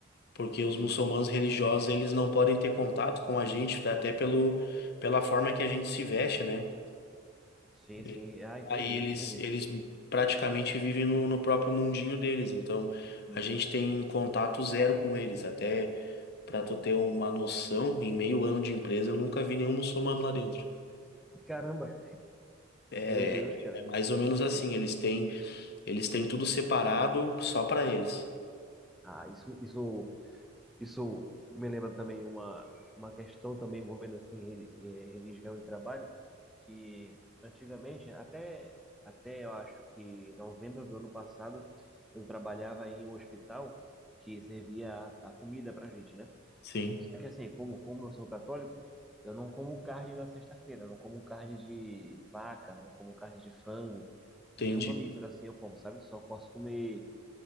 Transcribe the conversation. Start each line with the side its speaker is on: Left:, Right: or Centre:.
Left: Porque os
Centre: Hum,
Left: muçulmanos religiosos,
Centre: entendi.
Left: eles não podem ter contato com a gente, até pelo, pela forma que a gente se veste, né?
Centre: Sim,
Left: E
Centre: sim. Ah, entendi,
Left: aí eles,
Centre: entendi.
Left: eles praticamente vivem no, no próprio mundinho deles, então
Centre: Uhum.
Left: a gente tem contato zero com eles, até para tu ter uma noção, em meio ano de empresa eu nunca vi nenhum muçulmano lá dentro.
Centre: Caramba,
Left: É,
Centre: meu Deus, cara,
Left: é mais
Centre: interessante
Left: ou menos assim,
Centre: isso.
Left: eles têm, eles têm tudo separado só para eles.
Centre: Ah, isso, isso, isso me lembra também uma, uma questão também envolvendo assim re- eh, religião e trabalho. que antigamente, até, até eu acho que novembro do ano passado, eu trabalhava em um hospital que servia a, a comida pra gente, né?
Left: Sim,
Centre: Só que assim, como, como eu sou católico, eu não como carne na sexta-feira, eu não como carne de vaca, não como carne de frango,
Left: entendi,
Centre: nenhum mamífero assim eu como, sabe? Só posso comer